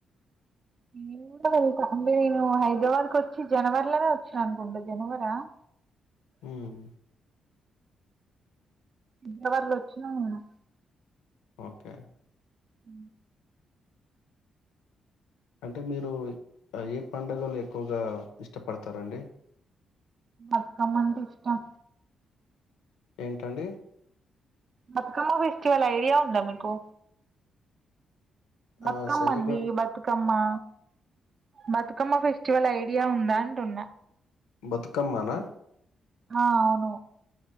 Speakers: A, on the right; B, on the left.
A: ఇంట్లోనే ఉండి నేను హైదరాబాద్ కు వచ్చి జనవరిలోనే వచ్చా అనుకుంట జనవరా <inaudible>
B: ఉమ్
A: జనవరిలోచిన నేను
B: ఓకే
A: అ
B: అంటే మీరు ఏ పడుగలు ఎక్కువగా ఇష్టపడతారండి
A: అకమ్మంటే ఇష్టం
B: ఏంటండీ
A: బతుకమ్మ ఫెస్టివల్ ఐడియా ఉందా మీకు బతుకమ్మ
B: ఆ! సరిగ్గా
A: అండి బతుకమ్మా బతుకమ్మ ఫెస్టివల్ ఐడియా ఉందా అంటున్నా
B: బతుకమ్మనా
A: ఆ అవును